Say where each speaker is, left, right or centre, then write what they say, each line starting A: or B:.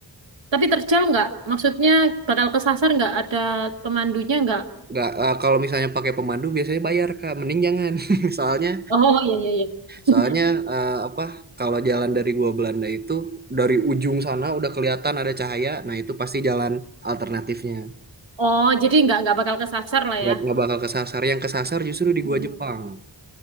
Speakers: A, on the right (about 85°); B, on the right (about 20°).
A: Tapi terjal nggak? Maksudnya bakal kesasar nggak? Ada pemandunya nggak?
B: Nggak, eh, kalau misalnya pakai pemandu biasanya bayar, Kak. Mending jangan. <laughs> Soalnya
A: Oh, iya, iya, iya. <laughs>
B: soalnya eh, apa? Kalau jalan dari gua Belanda itu dari ujung sana udah kelihatan ada cahaya, nah itu pasti jalan alternatifnya.
A: Oh, jadi nggak nggak bakal kesasar lah
B: Nggak,
A: ya.
B: nggak bakal kesasar. Yang kesasar justru di gua
A: Hmm.
B: Jepang.